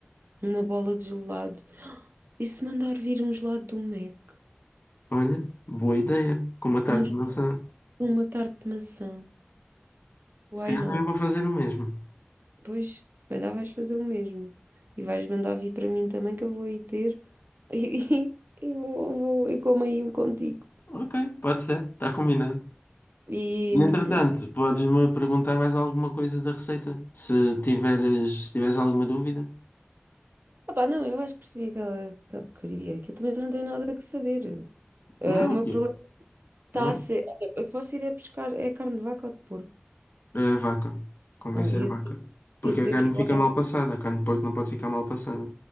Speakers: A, on the right; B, on the left.
A: Uma bola de gelado. E se mandar vir um gelado do Mac?
B: Olha, boa ideia. Com uma tarte
A: Um-
B: de maçã.
A: uma tarte de maçã. Why
B: Se calhar
A: not?
B: também vou fazer o mesmo.
A: Pois, se calhar vais fazer o mesmo. E vais mandar vir para mim também, que eu vou aí ter. <laughs> E, e, vou, vou e como aí um contigo.
B: Ok, pode ser, está combinado.
A: E.
B: E,
A: hum,
B: Entretanto, podes-me perguntar mais alguma coisa da receita? Se tiveres, se tiveres alguma dúvida?
A: Opá, não, eu acho que percebi aquela, aquela porcaria. Aquilo também não tem nada que saber. Ah,
B: Não,
A: o meu
B: eu-
A: problema está
B: não.
A: a ser. Olha, eu posso ir a pescar é carne de vaca ou de porco?
B: É A vaca. Convencer
A: Ah, ia,
B: a vaca. Porque
A: ia dizer
B: a carne
A: que ia
B: fica
A: lá
B: mal passada. A carne de porco não pode ficar mal passada.